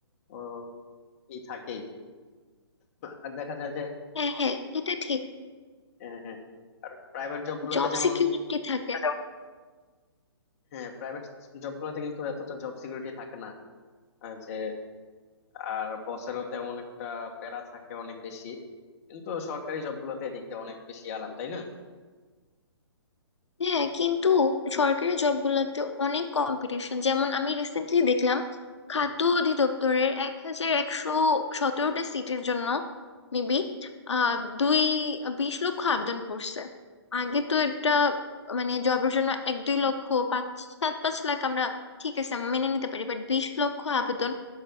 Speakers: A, on the left; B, on the left.
A: আহ, ই থাকেই আর দেখা যায় যে
B: হ্যাঁ হ্যাঁ এটা ঠিক
A: হ্যাঁ হ্যাঁ আর প্রাইভেট জব গুলাতে
B: জব
A: যেমন
B: সিকিউরিটি থাকে
A: হ্যাঁ প্রাইভেট জব গুলাতে কিন্তু এতটা জব সিকিউরিটি থাকে না আর যে আর বসেরও তেমন একটা প্যারা থাকে অনেক বেশি কিন্তু সরকারি জব গুলাতে এদিক দিয়ে অনেক বেশি আরাম তাই না
B: হ্যাঁ কিন্তু সরকারি জবগুলোতে অনেক কম্পিটিশন যেমন আমি রিসেন্টলি দেখলাম খাদ্য অধিদপ্তরের এক হাজার একশো সতেরোটা সিটের জন্য মেবি আহ দুই বিশ লক্ষ আবেদন পড়ছে আগে তো এটা মানে জবের জন্য এক দুই লক্ষ পাঁচ সাত পাঁচ লাখ আমরা ঠিক আছে মেনে নিতে পারি বাট বিশ লক্ষ আবেদন